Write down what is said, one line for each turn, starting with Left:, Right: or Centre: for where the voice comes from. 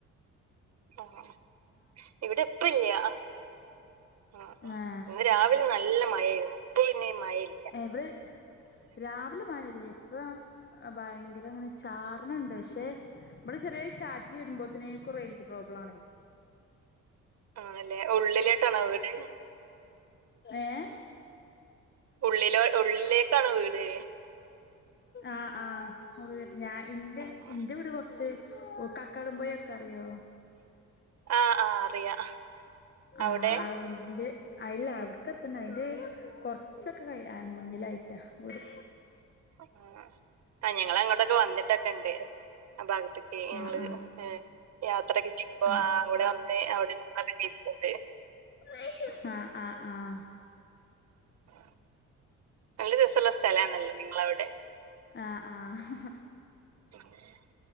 Right: ആഹ് ഇവിടെ ഇപ്പല്ല്യ ആഹ്.
Left: ങ്ങേ.
Right: ഇന്ന് രാവിലെ നല്ല മഴേര്ന്നു ഇപ്പൊ പിന്നെ ഇ മഴയി
Left: എവിൾ രാവിലെ മഴ <unintelligible> ഇപ്പം വയങ്കരങ്ങനെ ചാർണ്ണ്ണ്ട് ഷേ. ഇവ്ടെ ചെറിയൊര് ചാറ്റൽ വരുമ്പോത്തിനേക്കു റേഞ്ച് പ്രോബ്ലാണ്.
Right: ആഹ് ല്ലെ ഉള്ളിലേട്ടാണോ വീട്.
Left: ഏഹ്.
Right: ഉള്ളിലോ ഉള്ളിലേക്കാണോ വീട്.
Left: അ ആഹ് ഉൾ ഞാ ഇന്റെ
Right: ആഹ്
Left: ഇന്റെ വീട് കൊർച്ച്. ഓഹ് കക്കാടം മ്പൊയൊക്കെ അറിയോ
Right: ആഹ് ആഹ് അറിയാ
Left: ആഹ്
Right: അവിടെ
Left: അവ് ട് അയ്ല്ല അവ്ട്ക്കെത്തണ്ട അയ്ന്റെ കൊർച്ചൊക്കെ കയ് അയ് മുന്നിലായിട്ടാ വീട്.
Right: അഹ് ആഹ് ഞങ്ങളങ്ങോട്ടൊക്കെ വന്നിട്ടൊക്കെണ്ട് ആ ഭാഗത്ത്. ഈഹ് ഞങ്ങള്
Left: ആ ആ
Right: യാത്രൊക്കെ ചെയ്യുമ്പോ
Left: ആ
Right: അവിടെ വന്ന് അവിടെ നിന്നൊക്കെ ചെയ്തിട്ടുണ്ട്
Left: ആഹ് ആഹ് ആഹ്
Right: ആ, നല്ല രസള്ള സ്ഥലാണല്ലോ നിങ്ങളവിടെ
Left: ആഹ് ആഹ്
Right: <inaudible>